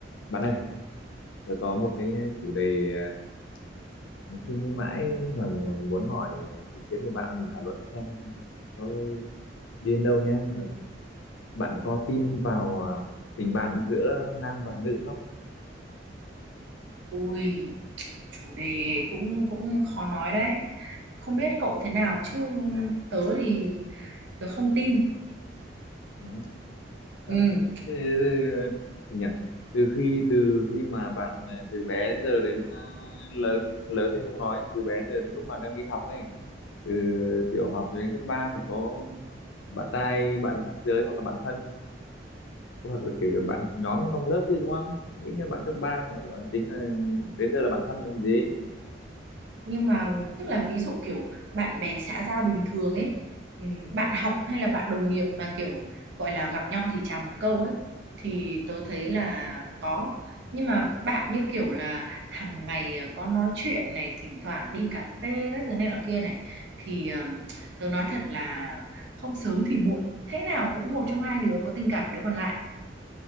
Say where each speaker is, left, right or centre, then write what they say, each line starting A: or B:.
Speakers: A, on the left; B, on the right.
A: Bạn ơi, tôi có một cái chủ đề à, mình suy nghĩ mãi mà mu- muốn hỏi à, ý kiến của bạn là mình thảo luận xem có đi đến đâu nhá. Rồi Bạn có tin vào à, tình bạn giữa nam và nữ không?
B: Ui, chủ đề cũng cũng khó nói đấy. Không biết cậu thế nào chứ tớ thì tớ không tin.
A: Nhá. Ơ,
B: Ừ,
A: thế- thế- thế- gì nhỉ? Từ khi từ khi mà bạn à, từ bé đến giờ đến à, lớn lớn thì không nói từ bé đến giờ lúc mà đang đi học ấy từ tiểu học đến cấp 3 phải có bạn trai bạn khác giới hoặc là bạn thân hoặc là kể cả bạn học nhóm trong lớp chứ đúng không ít nhất bạn cấp ba cũng gọi tính là đến giờ là bạn thân rồi còn gì
B: nhưng mà tức là ví dụ kiểu bạn bè xã giao bình thường ấy ừm, bạn học hay là bạn đồng nghiệp mà kiểu gọi là gặp nhau thì chào một câu ấy thì tớ thấy là có nhưng mà bạn như kiểu là hàng ngày ờ, có nói chuyện này thỉnh thoảng đi cà phê các thứ này nọ kia này thì ờm, tớ nói thật là không sớm thì muộn thế nào cũng một trong hai đứa có tình cảm với đứa còn lại